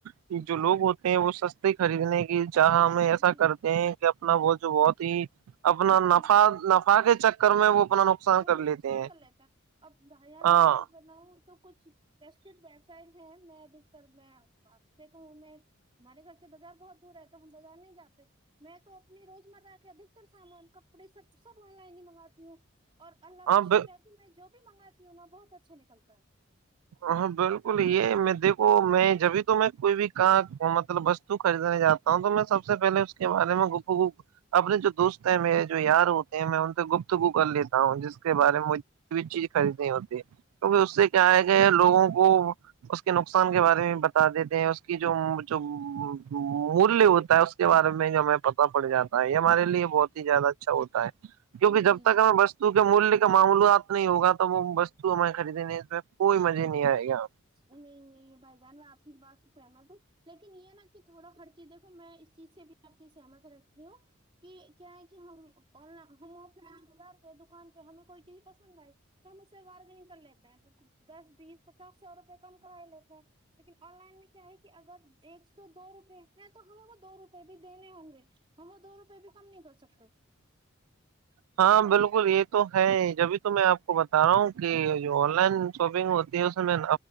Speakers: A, on the right (about 85°); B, on the right (about 25°).
A: کہ
B: جی
A: جو لوگ ہوتے ہیں وہ سستے خریدنے کی جہاں ہم ایسا
B: جی
A: کرتے ہیں اپنا وہ جو بہت ہی اپنا نفا
B: جی
A: نفا کے چکر کر میں وہ اپنا نقصان
B: وہ
A: کر
B: نقصان
A: لیتے ہیں
B: کر لیتا ہے اب بھائی جان
A: ہاں
B: میں س بناؤں تو کچھ پرشٹت ویبسائٹ ہیں میں ادر میں وپ سے کہوں میں ہمارے گھر سے بازار بہت دور ہے تو ہم بازار نہیں جاتے میں تو اپنی روزمرہ کے ادکتر سامان کپڑے سب سب آن لائن ہی منگاتی ہ ہوں اور اللہ
A: ہاں
B: کا شکر ہے کہ میں جو بھی منگاتی ہوں نا بہت اچھا نکلتا ہے
A: ہاں بالکل یہ میں دیکھو میں جبھی تو میں کوئی بھی کہاں مطلب بس تو خریدنے جاتا ہوں تو میں سب سے پہل اس کے بارے میں گ اپنے جو دوست ہیں میرے جو یار ہوتے ہیں میں ان سے گفتگو کر لیتی ہ ہ جس
B: ہے
A: کے
B: جی
A: بارے میں مج بھی چیز خریدنی ہوتی کیکہ اس سے
B: جی
A: کیا ہے کہ لوگوں کو اس کے نقصان کے بارے میں ب دیتے ہیں اس کی جو جو مولیہ ہوتا ہے اس کے بارے میں جو ہمیں پتا پڑ جاتا یہ ہمارے لیے بہت ہی زیادہ اچھا ہوتا ہے کیونکہ
B: جی
A: جب
B: جی
A: تک
B: جی
A: ہمیں بس کیکہ مولیہ کا معاملات نہیں ہوگا تو وہ وستو ہمیں خریدینے اس میں کوئی مزے نہیں آئے گا
B: نہیں نہیں بھائی بان آپ کی بات کہنا تو لیکن یہ ہے نا کہ تھوڑا ہر چیز دیکھو میں اس چیز سے بھی آپ کی سہمت رکھتی ہوں کہ کیا ہے کہ ہم ہم آف لائن بازار گ دکان پہ ہمیں کوئی چیز پسند آئی ہم اس سے وارگنگ کر لیتے ہیں دس بیس پچاس سو روپئے کم کرا لیتے ہیں لیکن آن لائن میں کیا ہے کہ اگر ایک سو دو روپئے ہیں تو ہمیں کو دو روپئے بھی دینے ہوں گے ہم وہ دو روپئے بھی کم نہیں کر سکتے
A: ہاں بالکل یہ تو ہے جبھی تو میں آپ کو بتا رہا ہوں کہ
B: جی
A: جو آن لائن شاپنگ ہوتی ہے اس میں